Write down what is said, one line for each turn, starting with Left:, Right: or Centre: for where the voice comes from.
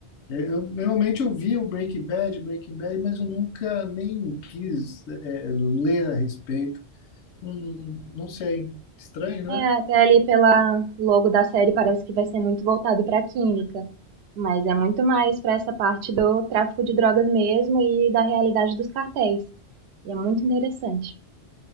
Left: eu eu- realmente eu vi o Breaking Bad, Breaking Bad, mas eu nunca nem quis eh, ler a respeito. Hum, não sei, estranho,
Right: É,
Left: né?
Right: até ali pela logo da série parece que vai ser muito voltado para a química. Mas é muito mais para essa parte do tráfico de drogas mesmo e da realidade dos cartéis. E é muito interessante.